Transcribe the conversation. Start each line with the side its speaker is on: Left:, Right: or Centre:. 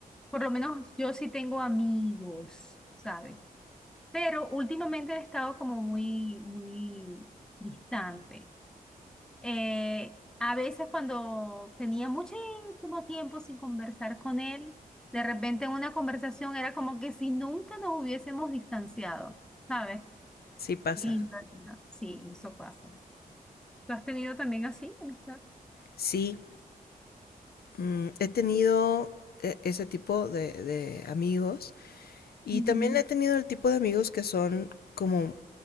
Centre: por lo menos yo sí tengo amigos, ¿sabes? Pero últimamente he estado como muy, muy distante. Eh, a veces cuando tenía muchísimo tiempo sin conversar con él, de repente en una conversación era como que si nunca nos hubiésemos distanciado, ¿sabes?
Left: Sí pasa.
Centre: Linda, linda. Sí, eso pasa. ¿Tú has tenido también así, amistad?
Left: Sí, Mm, he tenido e- ese tipo de, de amigos y
Centre: Ujú.
Left: también he tenido el tipo de amigos que son como